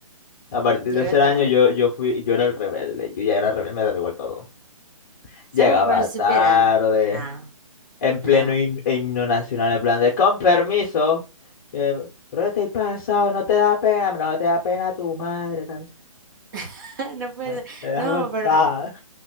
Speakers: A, on the left; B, on the right.
A: A partir
B: Llegar
A: del tercer
B: tarde.
A: año yo, yo fui, yo era el rebelde, yo ya era rebelde, me daba igual todo.
B: Estamos
A: Llegaba
B: pero supera.
A: tarde,
B: No,
A: en pleno
B: no,
A: him- himno nacional, en plan de, con permiso, eh, pero te he pasado, no te da pena, no te da pena tu madre, tan-
B: <laughs> no puede
A: eh,
B: ser.
A: déjame
B: No,
A: en
B: pero
A: paz".